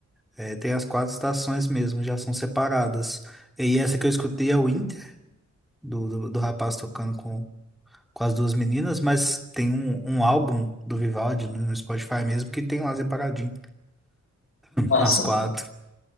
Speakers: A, in the centre; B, on the left (about 45°).
A: eh, tem as quatro estações mesmo, já são separadas. E essa que eu escutei é o Winter, do, do, do rapaz tocando com as duas meninas, mas tem um, um
B: tá.
A: álbum do Vivaldi no no Spotify mesmo que tem lá separadinho.
B: Ah,
A: As
B: sim.
A: quatro.